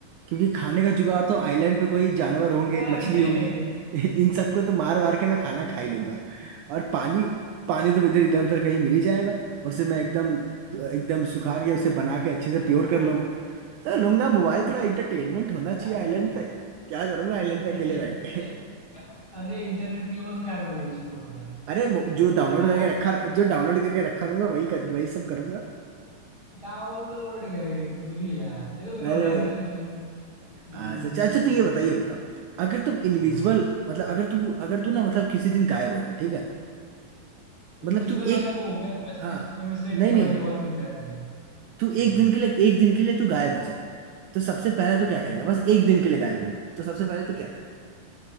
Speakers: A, on the right; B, on the left.
A: क्योंकि खाने का जुगाड़ तो आइलैंड पे कोई जानवर होंगे
B: अरे
A: मछली होंगी <laughs> इन सबको तो मार मार के मैं खाना खा ही लूंगा और पानी पानी तो इधर इधर उधर कहीं मिल ही जाएगा उसे मैं एकदम एकदम सुखा के उसे बना के अच्छे
B: ओ
A: से प्योर कर लूंगा तो लूंगा मोबाइल थोड़ा एंटरटेनमेंट होना
B: क्या
A: चाहिए
B: करते
A: आइलैंड
B: हैं?
A: पे क्या करूंगा आइलैंड पे
B: नहीं
A: अकेले
B: नहीं
A: बैठ के
B: अरे क्या-
A: <laughs>
B: अरे इंटरनेट नहीं होगा तो क्या करोगे उस फोन का
A: अरे मो- जो डाउनलोड
B: क्या
A: करके रखा जो डाउनलोड करके रखा रहूंगा वही कर वही सब करूंगा
B: डाउनलोड करके कुछ भी यार ये तो तूने
A: अरे
B: बताया नहीं था कुछ ऐसे हम्म
A: हाँ, अच्छा अच्छा तो ये बताइए
B: वही,
A: ये बताओ अगर तुम इनविजिबल
B: हाँ
A: मतलब अगर तू अगर तू ना मतलब किसी दिन गायब हो जाए ठीक है मतलब
B: इनविजिबल
A: तू
B: वाली
A: एक
B: वो मैं- बस
A: हाँ
B: मिस्टर मिस्टर इंडिया
A: नहीं नहीं
B: वाली वॉच मिल जाए मुझे
A: तू
B: अच्छा
A: एक दिन के लिए एक दिन के लिए तू गायब हो जाए तो सबसे पहले तो क्या
B: अरे
A: करेगा बस एक दिन के लिए गायब होगा तो सबसे पहले तो क्या करे